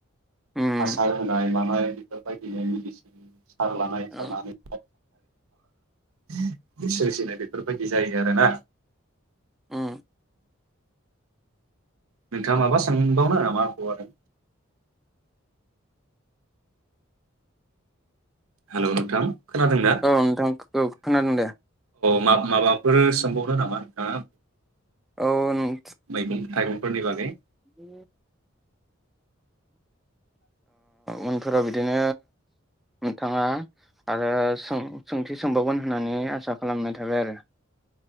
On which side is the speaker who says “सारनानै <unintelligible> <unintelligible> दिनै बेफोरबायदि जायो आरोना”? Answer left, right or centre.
Right